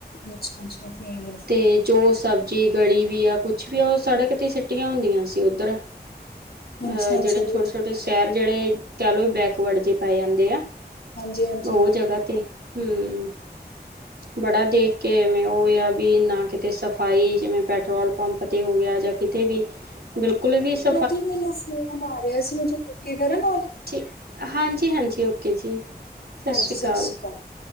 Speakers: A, on the left; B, on the right.
A: ਅੱਛਾ-ਅੱਛਾ, ਫੇਰ
B: ਤੇ ਜੋ ਸਬਜ਼ੀ ਗਲੀ ਵੀ ਆ ਕੁਛ ਵੀ ਆ ਉਹ ਸੜਕ ਤੇ ਸਿੱਟੀਆਂ ਹੁੰਦੀਆਂ ਸੀ ਉੱਧਰ ਅਹ
A: ਅੱਛਾ ਅੱਛਾ
B: ਜਿਹੜੇ
A: ਜੀ
B: ਛੋਟੇ-ਛੋਟੇ
A: ਠੀਕ
B: ਸ਼ਹਿਰ
A: ਆ
B: ਜਿਹੜੇ ਕਹਿ ਲੋੋ ਬੈਕਵਰਡ ਜੇ ਪੈ ਜਾਂਦੇ ਆ,
A: ਹਾਂਜੀ ਹਾਂਜੀ
B: ਉਹ ਜਗਾ ਤੇ ਹਮ, ਬੜਾ ਦੇਖ ਕਿਵੇਂ ਉਹ ਹੋਇਆ ਵੀ ਨਾ ਕਿਤੇ ਸਫਾਈ ਜਿਵੇਂ ਪੈਟਰੋਲ ਪੰਪ 'ਤੇ ਹੋ ਗਿਆ ਜਾਂ ਕਿਤੇ ਵੀ ਬਿਲਕੁਲ ਵੀ ਸ
A: ਜੇ ਮੈਨੂੰ ਫੋਨ ਆ ਰਿਹਾ ਸੀ, ਮੈ ਥੋਨੂੰ ਰੁੱਕੇ ਕਰਾਂ ਗੱਲ?
B: ਠੀਕ, ਹਾਂਜੀ-ਹਾਂਜੀ, ਓਕੇ ਜੀ, ਸਤਿ
A: ਹਾਂਜੀ
B: ਸ਼੍ਰੀ ਅਕਾਲ।
A: <inaudible>